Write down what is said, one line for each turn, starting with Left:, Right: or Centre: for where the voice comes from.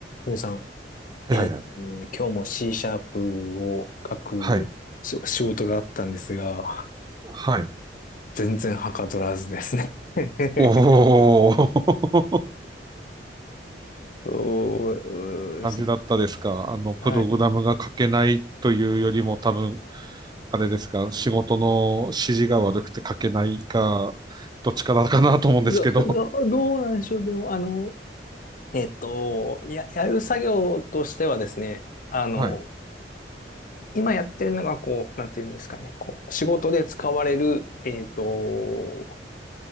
Left: トミさん、
Right: はいはい
Left: えー今日も C シャープを書くし仕事があったんですが、
Right: はい。はい。はい。
Left: 全然はかどらずですね。<laughs>
Right: おー。
Left: そ
Right: <laughs>
Left: うです
Right: 感じだったですか。あの、プログラムが書けないというよりも多分、
Left: はい。
Right: あれですか、仕事の指示が悪くて書けないか、どっちからかなと思うんですけど。
Left: ど、ど、どうなんでしょう。でも、あの、えっと、や、やる作業としてはですね、あの、
Right: はい。
Left: 今やってるのが、こう、なんていうんですかね、こう、仕事で使われる、えっと、